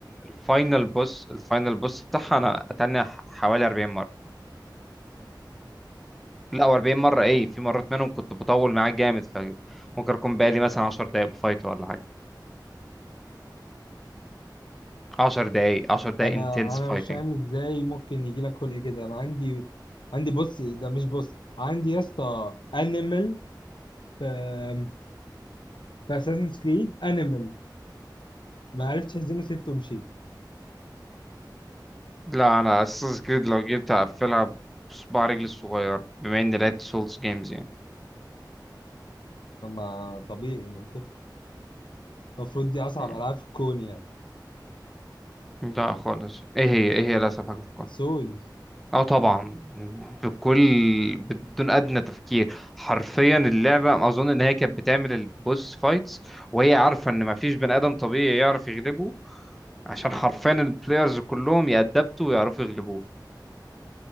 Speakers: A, in the centre; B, on the left (about 80°).
A: الفاينل بوس الفاينل بوس بتاعها انا اتنى حوالي 40 مره لا و40 مره ايه في مرات منهم كنت بطول معاه جامد فممكن اكون بقالي مثلا 10 دقائق بفايت ولا حاجه 10 دقائق 10 دقائق
B: انا
A: انتنس
B: انا
A: فايتنج
B: مش فاهم ازاي ممكن يجي لك خلق كده انا عندي عندي بص إيه ده مش بص عندي يا اسطى انيمال في في اساسن كريد انيمال ما عرفتش اهزمه سبته ومشيت
A: لا انا اساس كريد لو جيت اقفلها بصباع رجلي الصغير بما اني لعبت سولز جيمز يعني
B: طب ما طبيعي المفروض المفروض دي اصعب
A: مم.
B: العاب في الكون يعني
A: لا خالص ايه هي ايه هي الاسهل حاجه في الكون
B: سول
A: اه طبعا بكل بدون ادنى تفكير حرفيا اللعبه اظن ان هي كانت بتعمل البوس فايتس وهي عارفه ان مفيش بني ادم طبيعي يعرف يغلبه عشان حرفيا البلايرز كلهم يأدبتوا ويعرفوا يغلبوه